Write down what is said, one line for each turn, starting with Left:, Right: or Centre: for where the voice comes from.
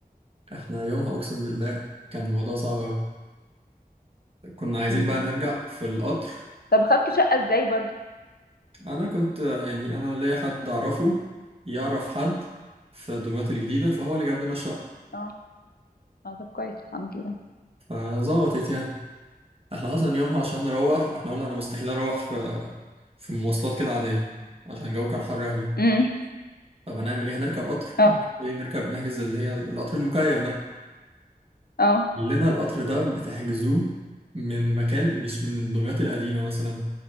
Right: احنا يومها اقسم بالله كان الموضوع صعب قوي كنا عايزين
Left: امم
Right: بقى نرجع في القطر
Left: طب خدتوا شقة ازاي برضو
Right: انا كنت يعني انا ليا حد اعرفه يعرف حد في دمياط الجديده فهو اللي جاب لنا الشقه
Left: اه اه طب كويس الحمد لله
Right: فظبطت يعني احنا اصلا يومها عشان نروح احنا قلنا انا مستحيل اروح في في مواصلات كده عاديه عشان الجو كان حر قوي
Left: امم
Right: طب هنعمل ايه هنركب قطر
Left: اه
Right: ايه نركب نحجز اللي هي القطر المكيف ده
Left: اه
Right: لنا القطر ده بتحجزوه من مكان مش من دمياط القديمه مثلا